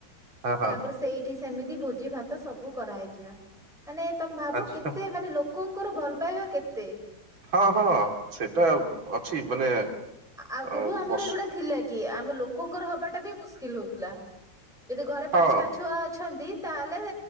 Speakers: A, on the right; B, in the centre.
A: ହଁ ହଁ
B: ତାଙ୍କର ସେଇଠି ସେମିତି ଭୋଜି ଭାତ ସବୁ କରାହେଇଥିଲା। ମାନେ ତମେ ଭାବ
A: ଆଚ୍ଛା
B: କେତେ ମାନେ ଲୋକଙ୍କର ଭଲ ପାଇବା କେତେ।
A: ହଁ ହଁ ସେଇଟା ଅଛି ମାନେ
B: ଆ-ଆଗୁରୁ
A: ଆଉ
B: ଆମର
A: ପଶୁ
B: ଏଗୁଡା ଥିଲା କି ଆମେ ଲୋକଙ୍କର ହବାଟା ବି ମୁସ୍କିଲ୍ ହୋଉଥିଲା। ଯଦି ଘରେ
A: ହଁ
B: ପାଞ୍ଚଟା ଛୁଆ ଅଛନ୍ତି ତାହେଲେ